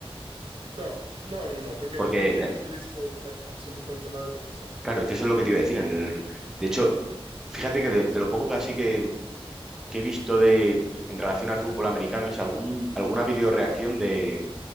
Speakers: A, on the right; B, in the centre.
A: No, no, no, no, porque
B: Porque,
A: en el rugby no
B: eh,
A: utilizas auto- a- absolutamente nada de protección.
B: claro, es que eso es lo que te iba a decir. En el, de hecho, fíjate que de, de lo poco que así que que he visto de, en relación al fútbol americano es algún, alguna videoreacción de,